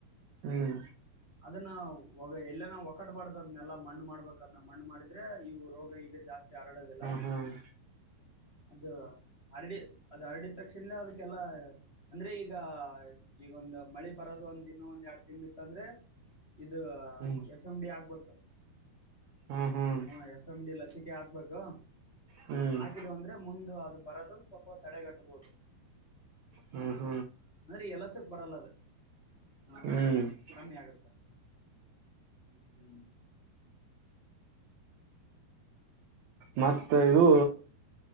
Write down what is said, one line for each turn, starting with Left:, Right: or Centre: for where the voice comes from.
Right: ಹ್ಮ್.
Left: ಅದನ್ನ ಒ ಎಲ್ಲನ ಒಕ್ಕಟ್ಟಬಾರ್ದ ಅದ್ನ್ನೆಲ್ಲ ಮಣ್ಣು ಮಾಡ್ಬೇಕಾದ್ನ್ನ ಮಣ್ಣು ಮಾಡಿದ್ರೆ ಇವು ರೋಗ ಹಗ ಜಾಸ್ತಿ. ಯಾರಡುದಿಲ್ಲ.
Right: ಹ್ಮ್
Left: ಅದು ಹರಡಿ ಅದ ಹರಡಿದ ತಕ್ಷನ ಅದಕ್ಕೆಲ್ಲ ಅಂದ್ರೆ ಈಗ. ಈಗ ಒಂದ್ ಮಳಿ ಬರೋದ ಒಂದ್ ದಿನ ಒಂದ್ ಎರಡ್ ತಿಂಗಳ ಇತ್ತ ಅಂದ್ರೆ ಇದು
Right: ಹ್ಮ್
Left: ಎಫ್ ಎಮ್ ಡಿ ಆಕ್ಬೇಕು
Right: ಹ್ಮ್ ಹ್ಮ್
Left: ಹ ಎಫ್ ಎಂ ಡಿ ಲಸಿಕೆ. ಹಾಕ್ಬೇಕು
Right: ಹ್ಮ್
Left: ಹಾಕಿದ ಅಂದ್ರೆ ಮುಂದ ಅದು ಬರದು. ಪ್ಪ ತಡೆ ಕಟ್ಟಬೋುದು
Right: ಹ್ಮ್ ಹ್ಮ್ ಹ್ಮ್
Left: ಅಂದ್ರೆ ಎಲಸಕ್ ಬರಲ್ಲ ಅದ. ಹ್ಮ
Right: ಹ್ಮ್
Left: ಕಮ್ಮಿ ಆಗತ್ತಾ. ಹ್ಮ್.
Right: ಮತ್ತ ಇದು.